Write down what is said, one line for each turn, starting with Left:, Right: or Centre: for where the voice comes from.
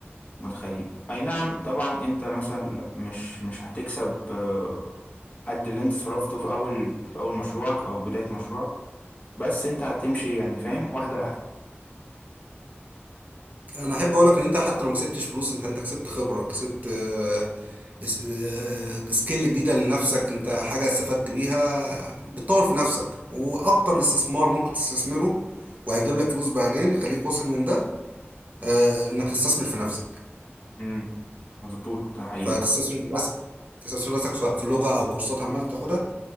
Left: متخيلين أي نعم طبعا أنت مثلا مش مش هتكسب آه، قد اللي أنت صرفته في أول في أول مشروعك أو بداية مشروعك بس أنت هتمشي يعني فاهم واحدة واحدة
Right: انا احب اقولك ان انت حتى لو ما كسبتش فلوس فانت كسبت خبرة كسبت آه، اس- آه، سكيل جديدة لنفسك انت حاجة استفدت بيها بتطور في نفسك واكتر استثمار ممكن تستثمره وهيجيب لك فلوس بعدين خليك واثق من ده آه، انك تستثمر في نفسك
Left: امم مظبوط ده حقيقي
Right: فتستسهل راسك تستسهل راسك سواء في لغة أو كورسات عامة تاخدها